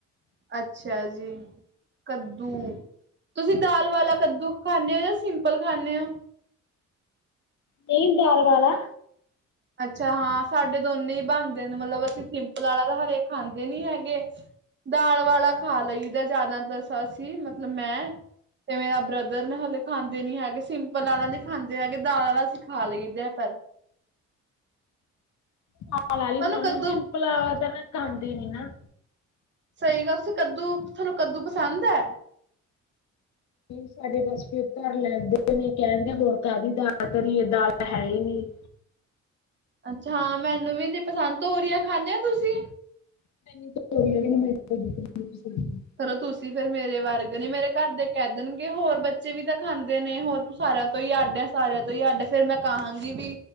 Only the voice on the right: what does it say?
ਅੱਛਾ ਜੀ, ਕੱਦੂ ਤੁਸੀਂ ਦਾਲ ਵਾਲਾ ਕੱਦੂ ਖਾਂਦੇ ਹੋ, ਜਾਂ ਸਿੰਪਲ ਖਾਂਦੇ ਹੋ?
ਅੱਛਾ ਹਾਂ, ਸਾਡੇ ਦੋਨੇ ਹੀ ਬਣਦੇ ਨੇ, ਮਤਲਬ ਅਸੀਂ ਸਿੰਪਲ ਵਾਲਾ ਤਾਂ ਹਰੇਕ ਖਾਂਦੇ ਨੀ ਹੈਗੇ। ਦਾਲ ਵਾਲਾ ਖਾ ਲਈਦਾ ਜ਼ਿਆਦਾ, ਤਾਂਸਸੀਂ ਮਤਲਬ ਮੈਂ ਤੇ ਮੇਰਾ ਬ੍ਰਦਰ ਨੇ ਹਲੇ ਖਾਂਦੇ ਨੀ ਹੈਗੇ, ਸਿੰਪਲ ਵਾਲਾ ਨਹੀਂੀ ਖਾਂਦੇ ਹੈਗੇ, ਦਾਲ ਵਾਲਾ ਸਂਖਾ ਲਈਦੇ ਪਰ
ਤੁਹਾਨੂੰ
ਕੱਦੂ
ਸਹੀ ਗੱਲ, ਤੁਸੀਂ ਕੱਦੂ ਤੁਹਾਨੂੰ ਕੱਦੂ ਪਸੰਦ ਹੈ?
ਅੱਛਾਾਂ ਹਾਂ, ਮੈਨੂੰ ਵੀ ਨੀ ਪਸੰਦ, ਤੋਰੀਆ ਖਾਂਦੇ ਹੋ ਤੁਸੀਂ?
ਚਲੋ ਤੁਸੀਂ ਫੇਿਰ ਮੇਰੇ ਵਰਗ ਨੀ, ਮੇਰੇ ਘਰ ਦੇ ਕਹਿ ਦੇਣਗੇ ਹੋਰ ਬੱਚੇ ਵੀ ਤਾਂ ਖਾਂਦੇ ਨੇ ਹੋਰ ਸਾਰਿਆਂ ਤੋਂ ਹੀ ਅੱਡ ਹੈ, ਸਾਰਿਆਂ ਤੋਂ ਹੀ ਅੱਡ, ਫੇਰ ਮੈਂ ਕਹਾਂਗੀ ਵੀ